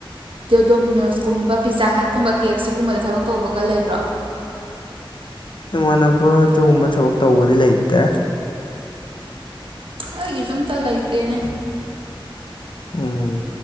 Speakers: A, on the right (about 70°); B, on the left (about 60°).
A: ꯗꯣꯃꯤꯅꯣꯁꯀꯨꯝꯕ ꯄꯤꯖꯥ ꯍꯥꯠꯀꯨꯝꯕ ꯀꯦ ꯑꯦꯐ ꯁꯤꯒꯨꯝꯕꯗ ꯊꯕꯛ ꯇꯧꯕꯒ ꯂꯩꯕ꯭ꯔꯣ?
B: ꯏꯃꯥꯟꯅꯕ ꯑꯗꯨꯒꯨꯝꯕ ꯊꯕꯛ ꯇꯧꯕꯗꯤ ꯂꯩꯇꯦ꯫
A: ꯑꯩꯒꯤ ꯁꯨꯝꯇ ꯂꯩꯇꯦꯅꯦ꯫
B: ꯎꯝ